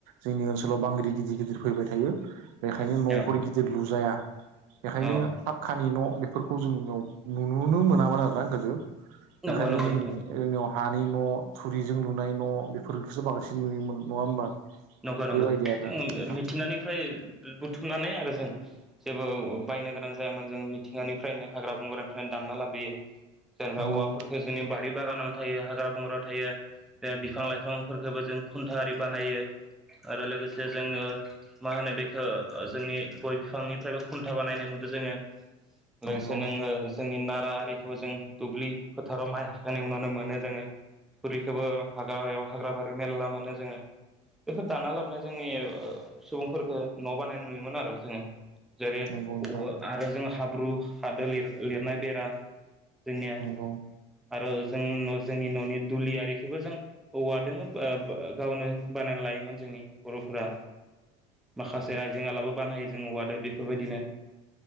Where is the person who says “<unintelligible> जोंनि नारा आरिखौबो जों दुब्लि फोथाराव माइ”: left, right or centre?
Centre